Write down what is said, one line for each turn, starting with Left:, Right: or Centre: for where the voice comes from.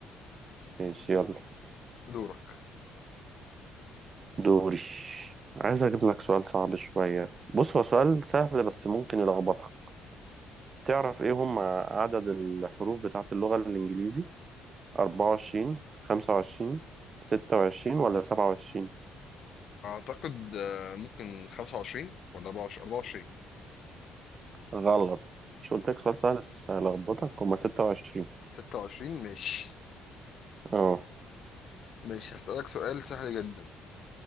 Right: ماشي يلا
Left: دورك
Right: دوري عايز اجيب لك سؤال صعب شوية بص هو سؤال سهل بس ممكن يلخبطك تعرف ايه هم عدد الحروف بتاعت اللغة الانجليزي أربعة وعشرين خمسة وعشرين ستة وعشرين ولا سبعة وعشرين
Left: اعتقد آه، ممكن 25 ولا 24 24
Right: غلط مش قلت لك سؤال سهل بس هلخبطك هما ستة وعشرين
Left: 26 ماشي
Right: اه
Left: ماشي هسألك سؤال سهل جدا